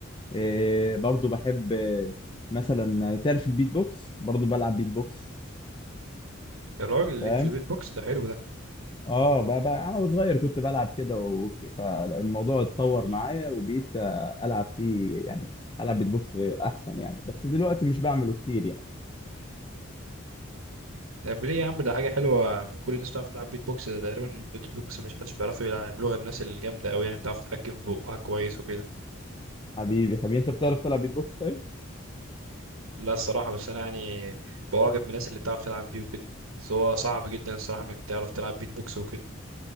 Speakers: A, on the left; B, on the right.
A: إيه برضو بحب آه، مثلا تعرف البيت بوكس برضو بلعب بيت بوكس
B: يا راجل ليك
A: فاهم
B: في البيت بوكس ده حلو ده
A: اه بقى, بقى انا وصغير كنت بلعب كده و... فالموضوع اتطور
B: <laughs>
A: معايا وبقيت آه، العب فيه يعني العب بيت بوكس احسن يعني بس دلوقتي مش بعمله كتير يعني
B: طب ليه يا عم ده حاجه حلوه مش كل الناس بتعرف تلعب بيت بوكس ده تقريبا بيت بوكس مش حدش بيعرف يعمله غير الناس الجامده قوي يعني بتعرف تتحكم في بقها كويس وكده
A: حبيبي حبيبي انت بتعرف تلعب بيت بوكس طيب؟
B: لا الصراحة بس أنا يعني بواجب من الناس اللي بتعرف تلعب بيه وكده بس هو صعب جدا الصراحة إنك تعرف تلعب بيت بوكس وكده